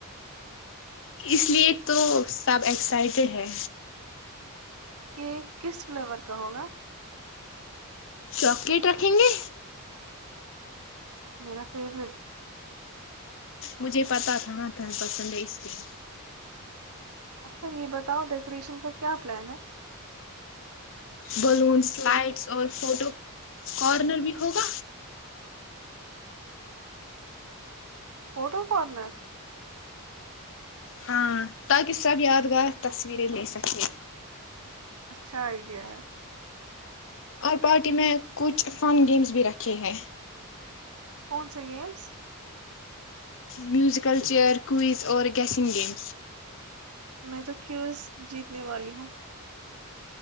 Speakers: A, on the left; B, on the right.
A: اس لیے تو سب ایکسائٹیڈ ہے
B: کیک کس فلیور کا ہوگا
A: چاکلیٹ رکھیں گے
B: میرا فیورٹ
A: مجھے پتا تھا نا تھڑا پسند آئس کریم
B: اچھا یہ بتاؤ ڈیکوریشن کا کیا پلان ہے
A: بلونس لائٹس اور فوٹو کارنر بھی ہوگا
B: پٹو پڑناس
A: ہاں تاکہ سب یادگار تصویریں لے سکے
B: اچھا آئیڈیا ہے
A: اور پارٹی میں کچھ فن گیمس بھی رکھے ہیں
B: کون سا گیمس
A: میوزیکل چیئیر کوئز اور گیسنگ گیم
B: میں تو کیوں جیتنے والی ہوں